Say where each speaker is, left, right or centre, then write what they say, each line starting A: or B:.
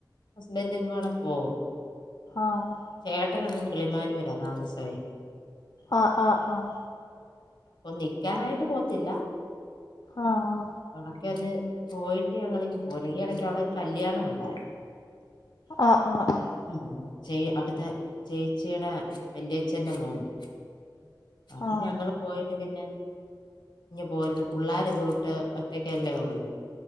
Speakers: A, on the left; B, on the left.
A: ഹസ്ബൻഡും കൂടെ പോവും
B: ആഹ്‌
A: ചേട്ടനങ് കിളിമാനൂരാ താമസേ
B: അഹ് അഹ് അഹ്
A: നിക്കാനായിട്ട് പോകത്തില്ല
B: ആഹ്
A: ആണ് പോയിട്ട് ഞങ്ങളിങ് പോരും ഈ യടക്ക് അവിടൊരു കല്യാണൂണ്ടായിരുന്നു
B: ആഹ് ആഹ് ആഹ്
A: ഉം ചേ ട്ത്തെ ചേച്ചിയുടെ വല്യച്ഛന്റെ മോന്റെ അപ്പൊ
B: ആഹ്
A: ഞങ്ങള് പോയിട്ട് പിന്നെ ഇങ് പോരുന്നു പുള്ളാരൊക്കെ ഉട്ട് ഒറ്റക്കല്ലേ ഒള്ളു